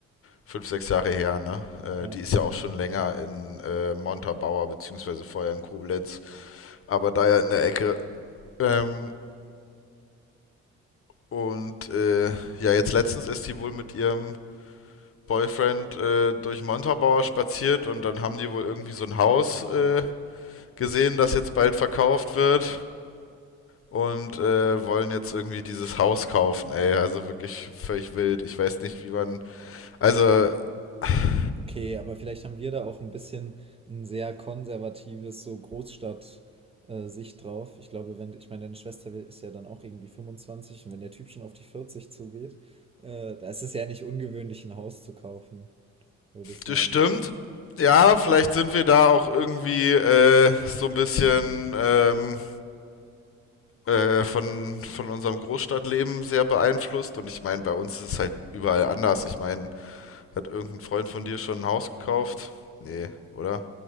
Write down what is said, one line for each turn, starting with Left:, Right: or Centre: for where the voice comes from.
Left: fünf, sechs Jahre her, ne? Äh,
Right: Ja.
Left: die ist ja auch schon länger in äh, Montabaur, beziehungsweise vorher in Koblenz, aber da ja in der Ecke. Ähm, und äh, ja, jetzt letztens ist die wohl mit ihrem Boyfriend äh, durch Montabaur spaziert und dann haben die wohl irgendwie so ein Haus äh, gesehen, das jetzt bald verkauft wird und äh, wollen jetzt irgendwie dieses Haus kaufen, ey. Also wirklich völlig wild. Ich weiß nicht, wie man. Also. <laughs>
Right: Okay, aber vielleicht haben wir da auch ein bisschen ein sehr konservatives, so Großstadt, äh, Sicht drauf. Ich glaube, wenn, ich meine, deine Schwester wi- ist ja dann auch irgendwie 25 und wenn der Typ schon auf die 40 zugeht, äh, da ist es ja nicht ungewöhnlich, ein Haus zu kaufen, würde ich sagen.
Left: Das stimmt. Ja, vielleicht sind wir da auch irgendwie äh, so ein bisschen ähm, äh, von, von unserem Großstadtleben sehr beeinflusst. Und ich meine, bei uns ist es halt überall anders. Ich meine, hat irgendein Freund von dir schon ein Haus gekauft? Nee, oder?